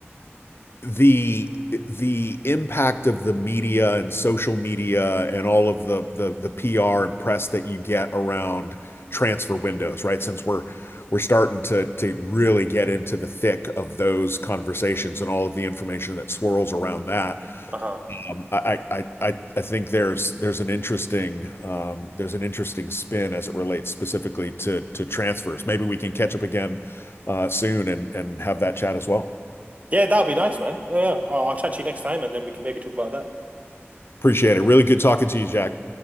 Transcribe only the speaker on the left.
the the impact of the media and social media and all of the the the PR and press that you get around transfer windows, right? Since we're we're starting to to really get into the thick of those conversations and all of the information that swirls around that
um, I I I I think there's there's an interesting um, there's an interesting spin as it relates specifically to to transfers. Maybe we can catch up again uh, soon and and have that chat as well.
Appreciate it. Really good talking to you, Jack.